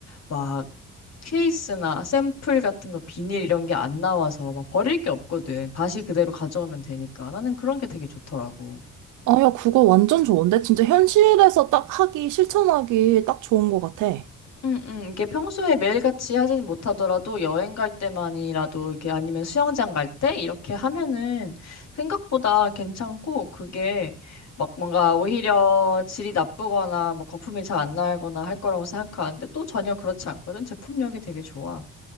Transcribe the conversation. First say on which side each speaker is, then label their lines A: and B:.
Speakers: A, on the left (about 60°); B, on the right (about 80°).
A: 막 케이스나 샘플 같은 거 비닐 이런 게 안 나와서 막 버릴 게 없거든. 다시 그대로 가져오면 되니까. 나는 그런 게 되게 좋더라고.
B: 아, 야, 그거 완전 좋은데? 진짜 현실에서 딱 하기, 실천하기 딱 좋은 것 같아.
A: 음, 음. 이게 평소에 매일같이 하지는 못하더라도 여행 갈 때만이라도 이게 아니면 수영장 갈 때 이렇게 하면은 생각보다 괜찮고 그게 막 뭔가 오히려 질이 나쁘거나 뭐 거품이 잘 안 나거나 할 거라고 생각하는데 또 전혀 그렇지 않거든. 제품력이 되게 좋아.